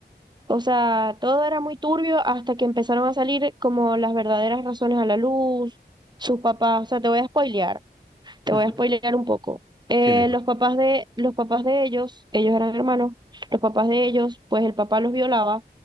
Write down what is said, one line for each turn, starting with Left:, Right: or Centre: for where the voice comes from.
Right: o sea, todo era muy turbio hasta que empezaron a salir como las verdaderas razones a la luz, sus papás, o sea, te voy a spoilear Te
Centre: ujú.
Right: voy a spoilear un poco. Eh,
Centre: Tiene bueno.
Right: los papás de, los papás de ellos, ellos eran hermanos, los papás de ellos, pues el papá los violaba